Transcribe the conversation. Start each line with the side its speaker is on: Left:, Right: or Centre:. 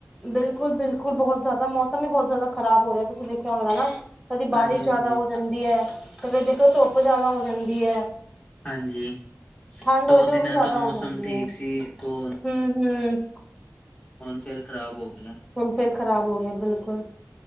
Centre: ਬਿਲਕੁਲ ਬਿਲਕੁਲ। ਬਹੁਤ ਜ਼ਿਆਦਾ ਮੌਸਮ ਵੀ ਬਹੁਤ ਜ਼ਿਆਦਾ ਖਰਾਬ ਹੋ ਰਿਹਾ ਤੁਸੀਂ ਦੇਖਿਆ ਹੋਏਗਾ ਨਾ। ਕਦੀ
Left: ਹਾਂਜੀ
Centre: ਬਾਰਿਸ਼
Left: ਹਾਂਜੀ
Centre: ਜਿਆਦਾ ਹੋ ਜਾਂਦੀ ਏ, ਕਦੇ ਦੇਖੋ ਧੁੱਪ ਜਿਆਦਾ ਹੋ ਜਾਂਦੀ ਹੈ।
Left: ਹਾਂਜੀ
Centre: ਠੰਡ
Left: ਦੋ
Centre: ਹੋਏ ਤੇ
Left: ਦਿਨਾਂ
Centre: ਉਹ ਵੀ ਜ਼ਿਆਦਾ
Left: ਤੋਂ ਮੌਸਮ
Centre: ਹੋ ਜਾਂਦੀ
Left: ਠੀਕ
Centre: ਹੈ
Left: ਸੀ। ਦੋ
Centre: ਹਮ ਹਮ
Left: ਹੁਣ ਫਿਰ ਖਰਾਬ ਹੋ ਗਿਆ।
Centre: ਹੁਣ ਫਿਰ ਖ਼ਰਾਬ ਹੋ ਗਿਆ। ਬਿਲਕੁਲ